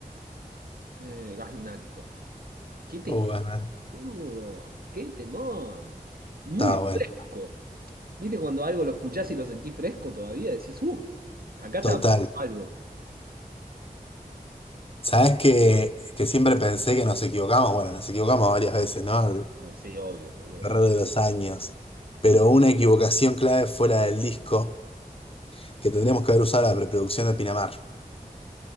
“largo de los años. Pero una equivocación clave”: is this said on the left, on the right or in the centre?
Left